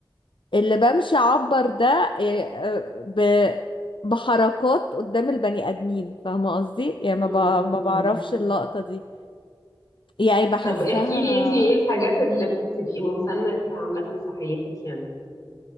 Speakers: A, on the left; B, on the left.
A: اللي بمشي اعبر ده إيه، آه، ب بحركات قدام البني ادمين فاهمه قصدي يعني
B: مم.
A: ما ب- ما
B: مم.
A: بعرفش اللقطه دي يعني بحسها
B: طب احكي لي انتي ايه الحاجات اللي بتبقي ممتنة ليها عامة في حياتك يعني